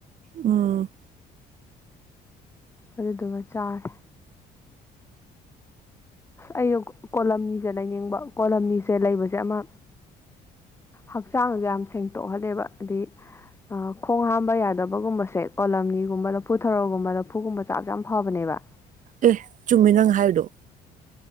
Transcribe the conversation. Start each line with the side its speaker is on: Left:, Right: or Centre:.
Right: ꯎꯝ
Left: ꯑꯗꯨꯗꯨꯒ ꯆꯥꯔꯦ ꯑꯩꯅ ꯀꯣꯂꯝꯅꯤꯁꯦ ꯂꯩꯅꯤꯡꯕ ꯀꯣꯂꯝꯅꯤꯁꯦ ꯂꯩꯕꯁꯦ ꯑꯃ ꯍꯛꯆꯥꯡꯁ ꯌꯥꯝ ꯁꯦꯡꯇꯣꯛꯍꯜꯂꯦꯕ ꯍꯥꯏꯗꯤ ꯈꯣꯡ ꯍꯥꯝꯕ ꯌꯥꯗꯕꯒꯨꯝꯕꯁꯦ ꯀꯣꯂꯝꯅꯤꯒꯨꯝꯕ ꯂꯐꯨ ꯊꯔꯣꯒꯨꯝꯕ ꯂꯐꯨꯒꯨꯝꯕ ꯆꯥꯛꯁꯦ ꯌꯥꯝ ꯐꯕꯅꯦꯕ
Right: ꯑꯦ ꯆꯨꯝꯃꯤ ꯅꯪ ꯍꯥꯏꯗꯣ